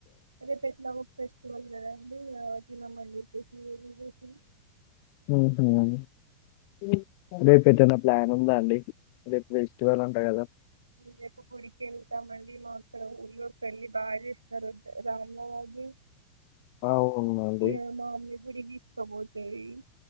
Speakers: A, on the right; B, on the left.
A: రేపు ఎట్లాగో ఫెస్టివల్ కదా అండి ఆ తినమండి <unintelligible>
B: <inaudible> రేపు ఎటన్న ప్లాను ఉందా అండి ఫెస్టివల్ అంట కదా
A: రేపు గుడికి వెళ్తామండి మా ఇక్కడ ఊర్లో పెళ్లి బాగా చేస్తారు రాములవారిది
B: అవునండి.
A: ఇగ మామ్మి గుడి దిస్ <unintelligible>